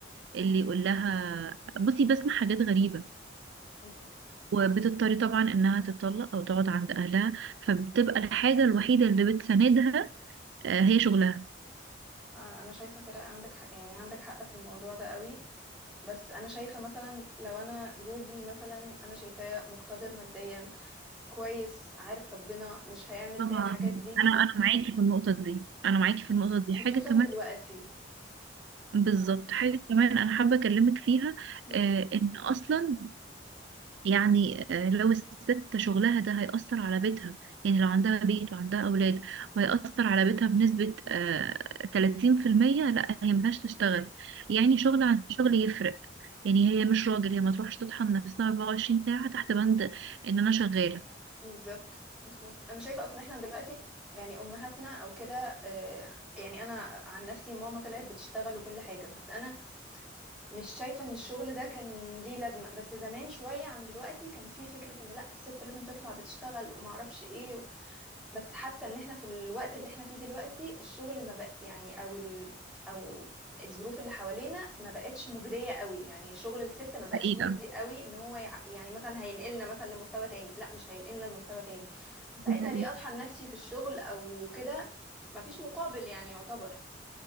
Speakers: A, on the right; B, in the centre.
A: اللي يقول لها بصي بسمع حاجات غريبة
B: مم.
A: وبتضطر طبعا انها تتطلق او تقعد عند اهلها فبتبقى الحاجة الوحيدة اللي بتساندها آه، هي شغلها
B: آه، انا شايفة كده عندك حق يعني عندك حق في الموضوع ده قوي بس انا شايفه مثلا لو انا جوزي مثلا انا شايفاه مقتدر ماديا كويس عارف ربنا مش هيعمل
A: طبعا
B: فيا الحاجات دي
A: انا انا معاكي في النقطة دي انا معاكي في النقطة دي
B: خصوصا
A: حاجة كمان
B: دلوقتي
A: بالظبط
B: يعني
A: حاجة كمان انا حابة اكلمك فيها
B: مم.
A: آه، ان اصلا يعني آه، لو الست شغلها ده هيأثر على بيتها يعني لو عندها بيت وعندها أولاد وهيأثر على بيتها بنسبة آه، تلاتين في المية لأ هي ملهاش تشتغل يعني
B: مم.
A: شغل عن شغل يفرق يعني هي مش راجل هي ما تروحش تطحن نفسها 24 ساعة تحت بند إن أنا شغالة
B: بالظبط بالظبط انا شايفه اصلا احنا دلوقتي يعني امهاتنا او كده آه، يعني انا عن نفسي ماما طلعت بتشتغل وكل حاجه بس انا مش شايفه ان الشغل ده كان ليه لازمه بس زمان شويه عن دلوقتي كان في فكره ان لا الست لازم تطلع بتشتغل وما اعرفش ايه بس حاسه ان احنا في الوقت اللي احنا فيه دلوقتي الشغل ما بق يعني او ال او الظروف اللي حوالينا ما بقتش مجديه قوي يعني شغل الست ما بقاش
A: حقيقة
B: مجدي قوي ان هو يع... يعني مثلا هينقلنا مثلا لمستوى تاني لا مش هينقلنا لمستوى تاني فساعتها
A: دي حقيقة
B: ليه اطحن نفسي في الشغل او كده ما فيش مقابل يعني يعتبر